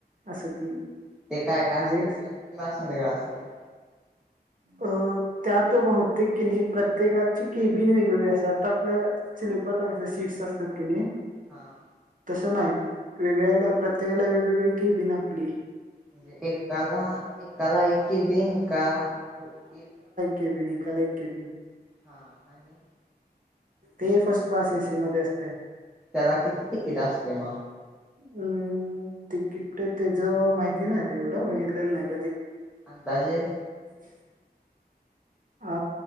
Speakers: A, on the right; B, in the centre.
A: असं तीन
B: ते काय काय असते
A: आणि एक
B: फस्ट क्लासते काय असते
A: अ त्यात बहुतेक कि नाही प्रत्येकाची केबिन वेगवेगळी अस आ त आपल्याि ग सीट्स असतात कि नाही
B: हा
A: तसं नाही वेगळ्याला प्रत्येकाला वेगवेगळी कि बिना आपुली
B: म्हणजे एक कला एक कला एकी दिन का एक
A: के बी न कााल केे ब
B: हा आणि
A: ते फर्स्ट क्लास एसी मध्ये असते
B: चला किती टिकट असते म
A: हम् तिकीट त्याच माहिती नाही रे एवढं बघितलेलं नाही कधी
B: अंदाजे
A: ह अ